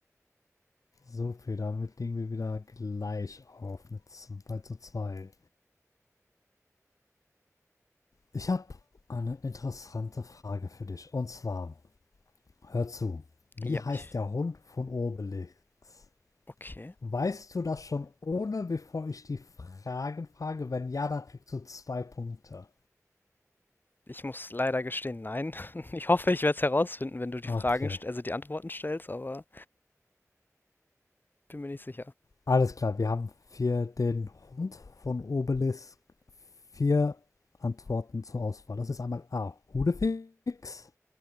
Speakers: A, on the left (about 80°); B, on the left (about 35°).
A: So viel, damit liegen wir wieder gleich auf mit 2 zu 2. Ich habe eine interessante Frage für dich und zwar, Hör zu. Wie
B: Ja,
A: heißt
B: ich.
A: der Hund von Obelix?
B: Okay.
A: Weißt du das schon ohne, bevor ich die Fragen frage? Wenn ja, dann kriegst du zwei Punkte.
B: Ich muss leider gestehen, nein. <laughs> Ich hoffe, ich werde es herausfinden, wenn du die Fragen,
A: Okay.
B: st- also die Antworten stellst, aber bin mir nicht sicher.
A: Alles klar, wir haben für den Hund von Obelix vier Antworten zur Auswahl. Das ist einmal A. Hudefix,